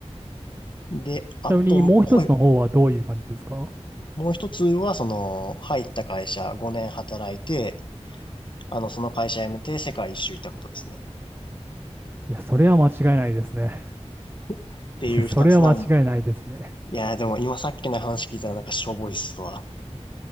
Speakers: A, on the left; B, on the right.
A: で、あと、
B: ちなみにもう一つの方はどういう感じですか
A: こうもう一つは、その、入った会社5年働いて、あの、その会社辞めて世界一周行ったことですね。
B: いや、それは間違いないですね。
A: っていう二つなん、
B: <laughs> いや、それは間違いないですね。
A: いやーでも今さっきの話聞いたらなんかしょぼいっすわ。